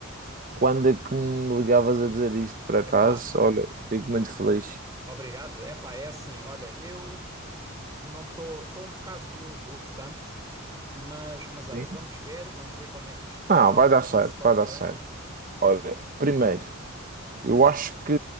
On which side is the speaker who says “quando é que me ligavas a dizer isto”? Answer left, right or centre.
Right